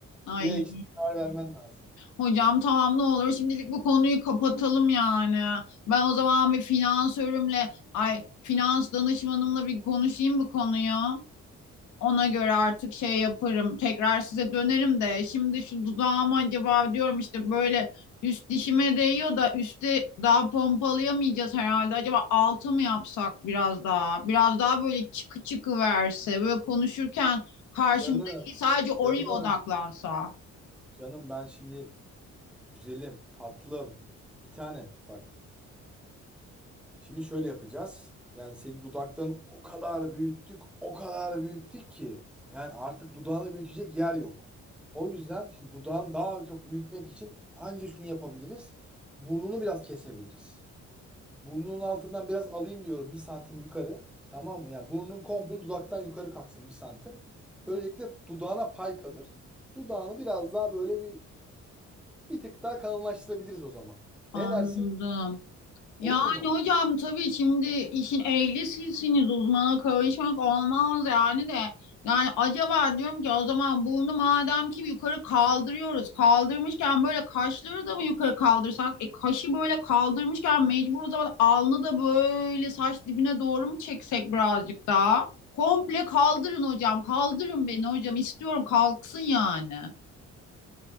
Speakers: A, on the left; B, in the centre.
A: Ay
B: Bir ay içinde karar vermen lazım.
A: hocam tamam ne olur şimdilik bu konuyu kapatalım yani. Ben o zaman bir finansörümle ay finans danışmanımla bir konuşayım bu konuyu. Ona göre artık şey yaparım. Tekrar size dönerim de şimdi şu dudağıma acaba diyorum işte böyle üst dişime değiyor da üstte daha pompalayamayacağız herhalde. Acaba altı mı yapsak biraz daha? Biraz daha böyle çıkı çıkı verse. Böyle konuşurken karşımdaki
B: Canım,
A: sadece oraya
B: canım,
A: odaklansa.
B: canım ben şimdi güzelim, tatlım, bir tanem bak. Şimdi şöyle yapacağız. Yani senin dudaklarını o kadar büyüttük, o kadar büyüttük ki. Yani artık dudağını büyütecek yer yok. O yüzden şimdi dudağını daha çok büyütmek için anca şunu yapabiliriz. Burnunu biraz kesebiliriz. Burnunun altından biraz alayım diyorum bir santim yukarı. Tamam mı? Yani burnun komple dudaktan yukarı kalksın bir santim. Böylelikle dudağına pay kalır. Dudağını biraz daha böyle bir bir tık daha kalınlaştırabiliriz o zaman.
A: Anladım.
B: Ne dersin?
A: Yani
B: Olur mu?
A: hocam tabii şimdi işin ehli sizsiniz uzmana karışmak olmaz yani de. Yani acaba diyorum ki o zaman bunu madem ki yukarı kaldırıyoruz. Kaldırmışken böyle kaşları da mı yukarı kaldırsak? E kaşı böyle kaldırmışken mecbur o zaman alnı da böyle saç dibine doğru mu çeksek birazcık daha? Komple kaldırın hocam. Kaldırın beni hocam. istiyorum kalksın yani.